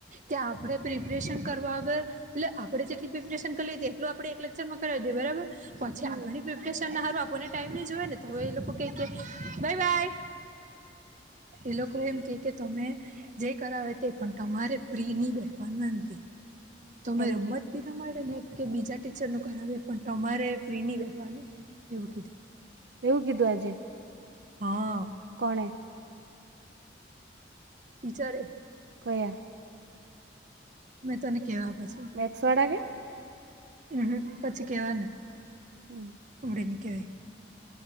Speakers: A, on the right (about 45°); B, on the right (about 70°).
A: કે આપડ પ્રિપરેશન કરવા આગર એટલે આપણે જેટલી પ્રિપરેશન કરી લ એટલ આપ એક લેકચરમાં કરાવી દઈએ બરાબર પછી
B: હમ
A: આગળની પ્રિપરેશન ના સારું આપને ટાઈમ જોએ ને તો હવે એ લોકો ક બાય બાય. એ લોકો એમ કે કે તમે જે કરાવે તે પણ તમારે ફ્રી નહી બેવાનું એમ કે તમે
B: એમ
A: રમત
B: કે
A: બીના મળેને કે બીજા ટીચરનું કરાવએ પણ તમારે ફ્રી નહીં બેહવાનુ એવું કીધું.
B: એેવું કિધુ આજે!
A: હા
B: કોણે?
A: ટીચરે
B: કયા?
A: મેં તને કેવા પછી.
B: મેક્સવાડા કે?
A: હમ-હમ પછી કેવા ને
B: હમ
A: અડવે ની કેવાય